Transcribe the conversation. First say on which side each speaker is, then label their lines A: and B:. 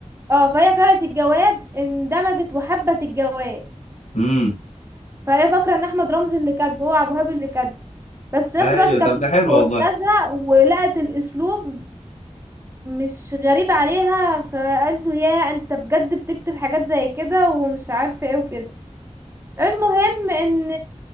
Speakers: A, on the right (about 20°); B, on the left (about 90°).
A: اه فهي قرأت الجواب اندمجت وحبت الجواب
B: امم
A: فهي فاكره ان احمد رمزي اللي كاتبه هو ابو هاب اللي كاتبه بس في نفس
B: ايوه
A: الوقت كانت
B: طب ده
A: بتحب
B: حلو
A: استاذها
B: والله
A: ولقت الاسلوب مش غريبة عليها فقال له يا انت بجد بتكتب حاجات زي كده ومش عارفة ايه وكده المهم ان